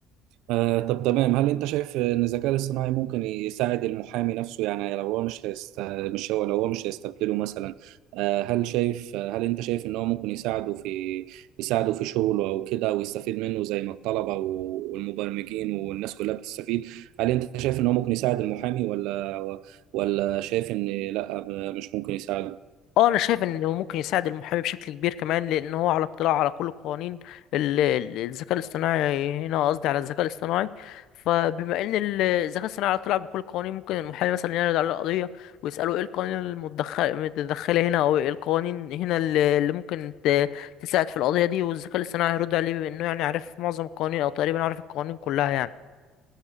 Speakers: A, on the right; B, on the left.
A: آه، طب تمام هل انت شايف ان الذكاء الاصطناعي ممكن يساعد المحامي نفسه يعني لو هو مش هيست... مش هو لو هو مش هيستبدله مثلا آه، هل شايف هل انت شايف ان هو ممكن يساعده في يساعده في شغله او كده ويستفيد منه زي ما الطلبة و- والمبرمجين والناس كلها بتستفيد هل انت شايف ان هو ممكن يساعد المحامي ولا ولا شايف ان لا مش ممكن يساعده
B: اه انا شايف انه ممكن يساعد المحامي بشكل كبير كمان لان هو على اطلاع على كل القوانين ال- ال- الذكاء الاصطناعي هنا قصدي على الذكاء الاصطناعي فبما ان ال- الذكاء الاصطناعي على اطلاع بكل القوانين ممكن المحامي مثلا يعرض عليه قضيه ويساله ايه القوانين المتدخل- المتدخله هنا او ايه القوانين هنا اللي اللي ممكن ت- تساعد في القضيه دي والذكاء الاصطناعي هيرد عليه بما انه يعني عارف معظم القوانين او تقريبا عارف القوانين كلها يعني